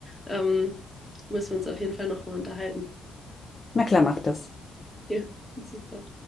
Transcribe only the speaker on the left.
Na klar, mach das.